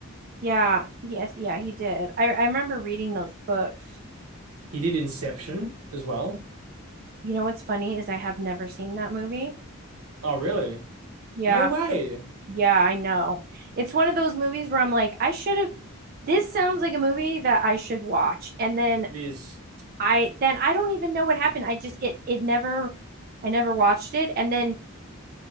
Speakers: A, on the right; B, on the right.
A: Yeah, yes, yeah, he did. I I remember reading those books.
B: he did Inception as well.
A: You know what's funny is I have never seen that movie.
B: Oh, really?
A: Yeah.
B: No way.
A: Yeah, I know. It's one of those movies where I'm like, I should have this sounds like a movie that I should watch. And then
B: It is.
A: I then I don't even know what happened. I just it it never I never watched it. And then